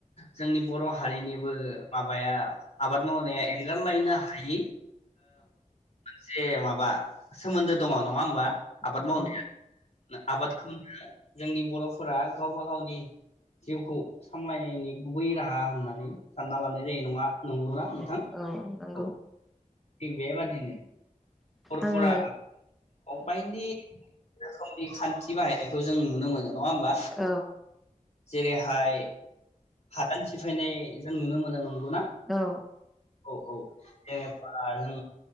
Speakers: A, on the left; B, in the centre.
A: जोंनि बर' हारिनिबो माबाया आबाद मावनाया एंगारलायनो हायि मोनसे माबा सोमोन्दो दङ नङा होमबा आबाद
B: औ
A: मावनाया
B: औ
A: आबादखौनो जोंनि बर'फोरा गावबा गावनि जिउखौ सामलायनायनि गुबै राहा होननानै सानना लानाय जे न नंगौना नोंथां
B: नंगौ
A: औ थिग बेबादिनो न'खरफोरा
B: आङो
A: बायदि खामानि खान्थि बाहायनायखौ जों नुनो मोनो नङा होमबा
B: औ
A: जेरैहाय हादान सिफायनाय जों नुनो मोनो नंगौना
B: अ औ
A: औ औ जेनेबा जों